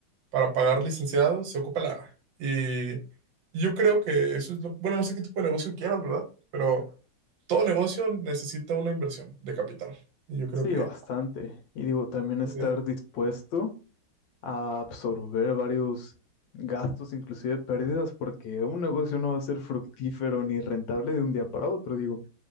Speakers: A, on the right; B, on the left.
A: para pagar licenciados se ocupa lana. Y yo creo que eso es lo, bueno, no sé qué tipo de negocio quieras, ¿verdad? Pero todo negocio necesita una inversión de capital. Y yo creo
B: Sí,
A: que
B: bastante. Y digo, también estar
A: eh,
B: dispuesto a absorber varios gastos, inclusive pérdidas, porque un negocio no va a ser fructífero ni rentable de un día para otro. Digo,